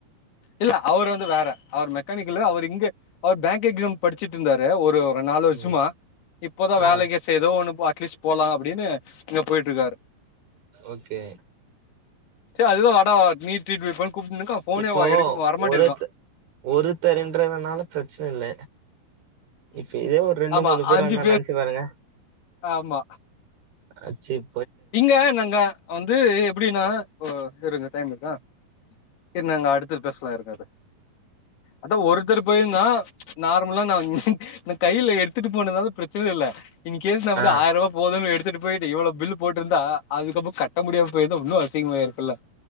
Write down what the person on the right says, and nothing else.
ம்
ஆ
ஓகே
இப்போ
ஒருத் ஒருதரின்றதுனால பிரச்சன இல்ல இப்ப இதே ஒரு ரெண்டு
மூணு பேர்
வந்தா நினச்சு பாருங்க
அச்சிவ்
ஆ